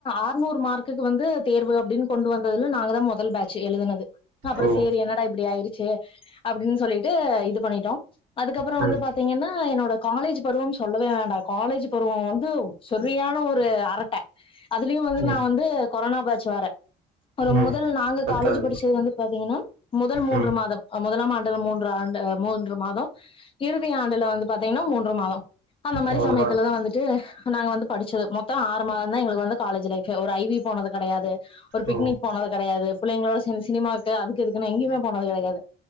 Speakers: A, on the left; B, on the right.
A: அறுநூறு மார்க் கிக்கு வந்து தேர்வு அப்படின்னு கொண்டு வந்ததுல நாங்க தான் மொத்தைத் முதல் பேட்சு எழுதுனது அப்புறம்
B: ஓ
A: சேரி என்னடா இப்படி ஆயிருக்கு சே அப்படின்னு சொல்லிட்டு இது பண்ணிட்டோம் அதுக்கப்புறம்
B: ம்,
A: வந்து பாத்தீங்கன்னா என்னோட காலேஜ் பருவம் சொல்லவே வேண்டாம் காலேஜு பருவம் வந்து செரியான இப்போ ஒரு அரட்ட அதுலயு வந்து
B: ம்,
A: நா வந்து கொரோனா பேச்சு வேற ஒரு
B: ம்.
A: முதல் நாங்கு
B: பத்தாவது
A: காலேஜ்ஜு படிச்சது வந்து பாத்தீங்கன்னா முதல் மூன்று
B: ம்
A: மாதம் முதலாம் ஆண்டுல மூன்று ஆண்டு மூன்று மாத இறுதி ஆண்டுல வந்து பாத்தீங்கன்னா மூன்று மாத அந்த மாரி
B: அவ்வளோதான்
A: சமயத்துலதா வந்துட்டு நாங்க வந்து படி மொத்த ஆறு மாதந்தா எங்களுக்கு வந்து காலேஜு லைஃப்பே ஒரு ஐவி போனது கெடையாது ஒரு பிக்னிக்
B: ஓ
A: போனது கெடையாது து புள்ளைங்களோட சேந்து சினிமாவுக்கு அது இதுக்குன்னே எங்கியுமே போனது கெடயாது